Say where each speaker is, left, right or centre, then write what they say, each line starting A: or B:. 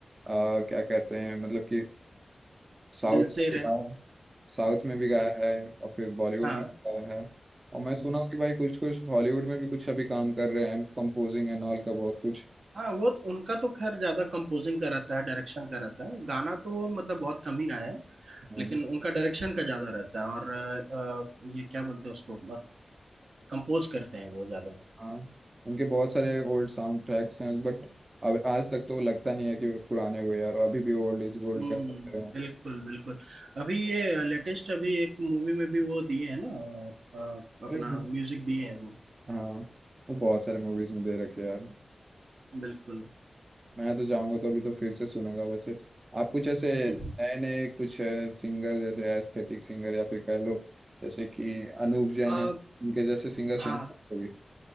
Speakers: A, on the right; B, on the right.
A: आ, क्या कहते हैं मतलब कि साउथ
B: दिल से
A: में भी
B: रहे
A: गाया है साउथ में भी
B: हम्म,
A: गाया है और फिर बॉलीवुड
B: हाँ
A: में भी गाया है और
B: हम्म,
A: मैं सुना
B: हम्म।
A: हूँ कि भाई कुछ कुछ हॉलीवुड में भी कुछ अभी काम कर रहे हैं कंपोजिंग एंड ऑल का बहुत कुछ
B: हाँ वो तो- उनका तो खैर ज्यादा कंपोजिंग का रहता है डायरेक्शन का रहता है गाना तो वो मतलब बहुत कम ही गाए हैं
A: हम्म।
B: लेकिन उनका डायरेक्शन का ज्यादा रहता है और अ, अ, ये क्या बोलते हैं उसको कंपोज करते हैं वो ज्यादा
A: हाँ उनके बहुत सारे ओल्ड साउंड ट्रैक्स हैं बट अब आज तक तो लगता नहीं है कि वो पुराने हुए यार अभी भी ओल्ड इज गोल्ड
B: हम्म
A: कह सकते हैं
B: बिल्कुल बिल्कुल अभी ये लेटेस्ट अभी एक मूवी में भी वो दिए हैं ना अ, अ, अपना
A: अरे
B: म्यूजिक दिए हैं वो
A: हाँ वो बहुत सारे मूवीज में दे रखे हैं यार
B: बिल्कुल
A: मैं तो जाऊंगा तो अभी तो फिर से सुनूंगा वैसे आप कुछ ऐसे
B: हम्म,
A: नए
B: हम्म।
A: नए कुछ अ, सिंगर जैसे एस्थेटिक सिंगर या फिर कह लो जैसे कि अनूप जैन
B: अ,
A: है उनके जैसे सिंगर सुने
B: हाँ
A: हैं कभी